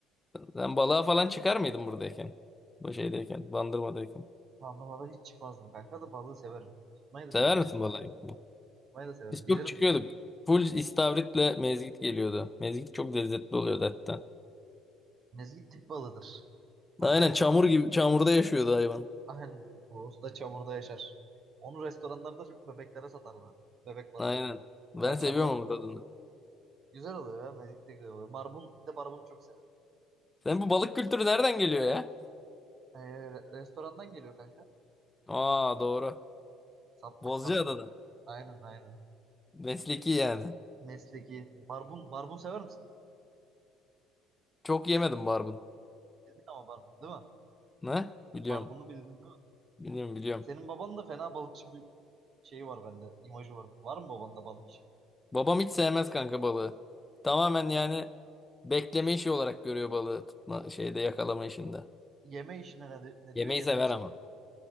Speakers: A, on the left; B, on the right.
A: Sen balığa falan çıkar mıydın buradayken? Bu şeydeyken, Bandırma'dayken.
B: Anlamada hiç çıkmazdım kanka da balığı severim. Tutmayı da
A: Sever
B: severim.
A: misin balığa gitmeyi?
B: Tutmayı da severim.
A: Biz
B: Bilirim
A: çok çıkıyorduk.
B: de.
A: Full istavritle mezgit geliyordu. Mezgit çok lezzetli oluyordu hatta.
B: Mezgit tip balığıdır. Ama
A: Aynen
B: ben
A: çamur gibi, çamurda yaşıyordu hayvan.
B: aynen bu usta çamurda yaşar. Onu restoranlarda çok bebeklere satarlar. Bebek balığı.
A: Aynen. Ben
B: Böyle açarlar.
A: seviyorum ama bu tadını.
B: Güzel oluyor ya. Mezgit de güzel oluyor. Barbun. Bir de barbunu çok severim.
A: Sen bu balık kültürü nereden geliyor ya?
B: Ee, re- restorandan geliyor kanka.
A: Aa doğru.
B: Satmaktan.
A: Bozcaada'dan.
B: Aynen aynen.
A: Mesleki yani.
B: Mesleki. Barbun. Barbun sever misin?
A: Çok yemedim barbun.
B: Bildin ama barbun değil mi?
A: Ne? Biliyorum.
B: Barbunu bildin değil mi?
A: Biliyorum biliyorum.
B: Senin baban da fena balıkçı bir şeyi var bende. imajı var. Var mı babanda balıkçı?
A: Babam hiç sevmez kanka balığı. Tamamen yani bekleme işi olarak görüyor balığı tutma şeyde yakalama işinde.
B: Yeme işine ne, de- ne
A: Yemeği
B: diyor? Yeme
A: sever
B: iş.
A: ama.